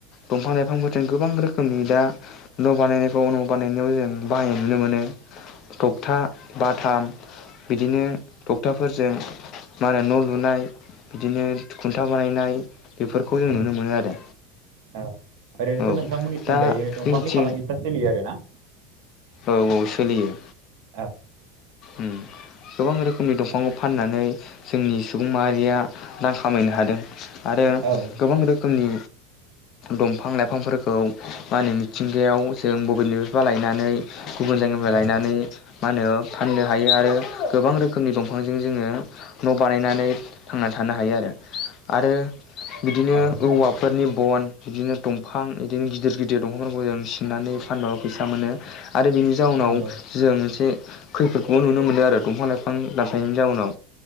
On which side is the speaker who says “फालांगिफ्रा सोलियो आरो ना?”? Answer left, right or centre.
Right